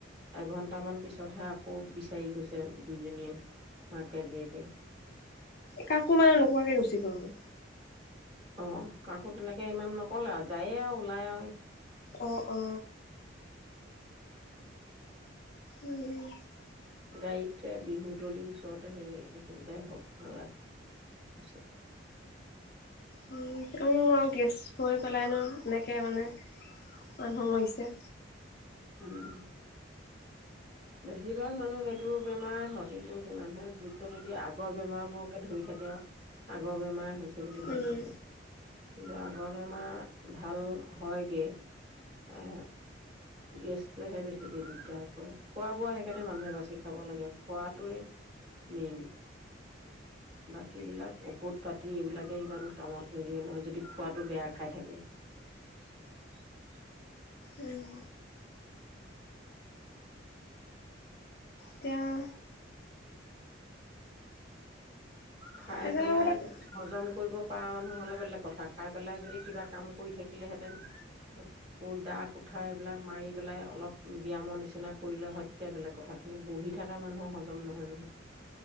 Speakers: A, on the right; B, on the left.
A: এঘন্টামান পিছতহে আকৌ বিচাৰি গৈছে দুইজনীয়ে মাকে জীয়েকে।
B: কাকো মানে নোকোৱাকে গুচি গ'ল গৈ।
A: আহ কাকো তেনেকে ইমান নকলে আৰু যায়ে আৰু ওলাই আৰু
B: অ অ উম
A: গাড়ীতে বিহু তলিৰ ওচৰতে সেই সেইখিনিতেছে।
B: উম তেওঁ আৰু গেছ হৈ পেলাই ন এনেকে মানে মানুহ মৰিছে।
A: উম। বেছিভাগ মানুহ সেইটো বেমাৰে হয় কিন্তু সেই মানুহে গুৰুত্ব নিদিয়ে আগৰ বেমাৰবোৰকে ধৰি থাকে আৰু আগৰ বেমাৰে হৈছে বুলি ভাবি
B: উম
A: থাকে কিন্তু আগৰ বেমাৰ ভাল হয়গে এ, গেছটোৱেহে বেছিকে দিগদাৰ কৰে। খোৱা বোৱা সেইকাৰণে মানুহে বাচি খাব লাগে খোৱাটোৱে মেইন বাকী বিলাক ঔষধ পাতি এইবিলাকে ইমান কামত নিদিয়ে নহয় যদি খোৱাটো বেয়া খাই থাকে।
B: উম তেও
A: খাই
B: তাকে
A: পেলাই
B: লগতে
A: হজম কৰিব প মানুহ হলে বেলেগ কথা খাই পেলাই যদি কিবা কাম কৰি থাকিলেহেতেন কোনো দা কোঠাৰ এইবিলাক মাৰি পেলাই অলপ ব্যয়ামৰ নিচিনা কৰিলে হয় তেতিয়া বেলেগ কথা কিন্তু বহি থকা মানুহৰ হজম নহয় নহয়।